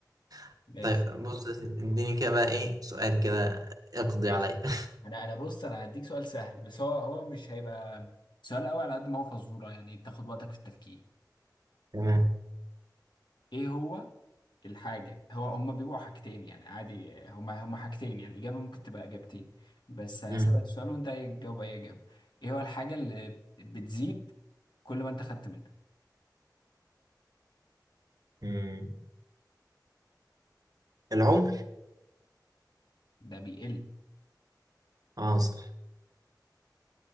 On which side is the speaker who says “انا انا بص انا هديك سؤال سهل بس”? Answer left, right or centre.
Left